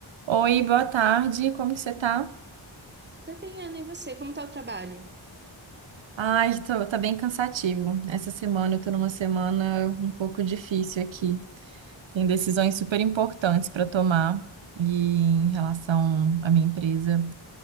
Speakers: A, on the right (about 70°); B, on the right (about 20°).
A: Oi, boa tarde, como que você tá?
B: Tá bem, Ana, e você? Como tá o trabalho?
A: Ai, tô, tá bem cansativo. Essa semana eu tô numa semana um pouco difícil aqui. Tem decisões super importantes para tomar e em relação à minha empresa.